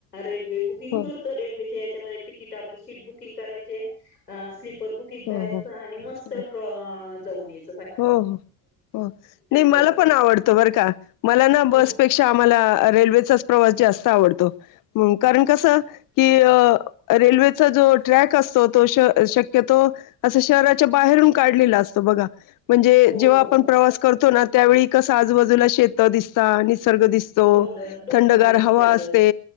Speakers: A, on the left (about 85°); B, on the left (about 45°).
A: रेल्वे बुकींग
B: हो
A: कर रेल्वेच्या याच्यामध्ये तिकीट आपले सीट बुकिंग करायचे अ सीट तर बुकिंग करायचं
B: हो हो
A: आणि मस्त
B: हो
A: प्र जाऊन यायच
B: हो, हो, हो नाही मला
A: पाहून यायचं
B: पण आवडतं बरं का मला ना
A: हं
B: बसपे क्षा आम्हाला रेल्वेचाच प्रवास जास्त आवडतो कारण कसं कि अ रेल्वेचा जो ट्रॅक असतो तो शक्यतो असं शहराच्या बाहेरून काढलेला असतं बघा म्हणजे
A: हो
B: जेव्हा
A: हो
B: आपण
A: हो
B: प्रवास करतो ना त्यावेळी कस आजूबाजूला शेत दिसता निसर्ग दिस तो
A: डोंगर डोंगर
B: थंडगार
A: निसर्ग
B: हवा असते